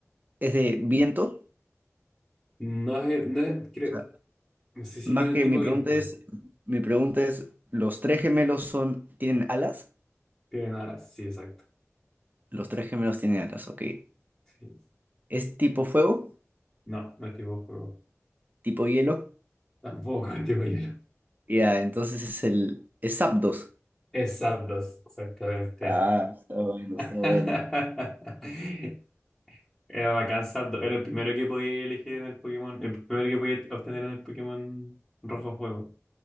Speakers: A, on the right; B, in the centre.
A: es de viento.
B: No es. No es- creo,
A: O sea,
B: no sé si
A: más
B: tiene un
A: que
B: tipo
A: mi pregunta
B: de viento.
A: es, mi pregunta es, ¿los tres gemelos son, tienen alas?
B: tiene alas, sí, exacto.
A: Los tres gemelos tienen alas, ok.
B: Sí.
A: ¿Es tipo fuego?
B: No, no es tipo fuego.
A: tipo hielo.
B: Tampoco es tipo hielo.
A: Ya, entonces es el... Es Zapdos.
B: Es Zapdos, exactamente.
A: Ah, está bueno,
B: <laughs>
A: está bueno.
B: Era bacán Zapdos. Era el primero que podía elegir en el Pokémon. El primero que podía obtener en el Pokémon Rojo Fuego.